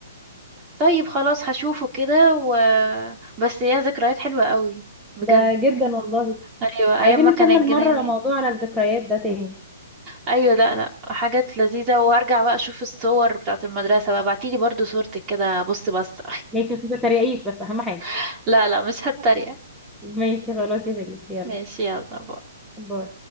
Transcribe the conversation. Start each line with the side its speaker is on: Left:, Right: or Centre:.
Right: طيب خلاص هشوفه كده و بس يا ذكريات حلوة قوي بجد
Centre: ده جدا والله
Right: ايوه ايام
Centre: عايزين
Right: ما
Centre: نكمل
Right: كان الجنيه
Centre: مره موضوع على الذكريات ده تاني
Right: ايوه لا لا حاجات لذيذه وهرجع بقى اشوف الصور بتاعت المدرسه بقى بعتيلي برضو صورتك كده بص بس
Centre: ماشي بس ما تتريقيش بس اهم حاجه
Right: <laughs> لا لا مش هتريق
Centre: ماشي خلاص يا فريد يلا
Right: ماشي يلا بقى
Centre: باي